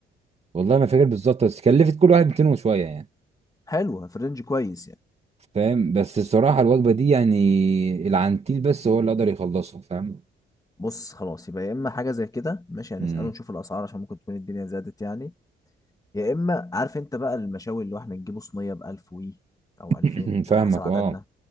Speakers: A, on the right (about 30°); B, on the left (about 15°).
A: والله ما فاكر بالظبط بس كلفت كل واحد 200 وشويه يعني
B: حلوة في رينج كويس يعني
A: فاهم بس الصراحه الوجبه دي يعني العنتيل بس هو اللي قدر يخلصها فاهم
B: بص خلاص يبقى يا اما حاجة زي كده ماشي هنسأله
A: مم.
B: نشوف الأسعار عشان ممكن تكون الدنيا زادت يعني يا اما عارف انت بقى المشاوي اللي هو احنا نجيبه صينية بألف وي او ألفين
A: <clears throat> فاهمك
B: على حسب عددنا
A: اه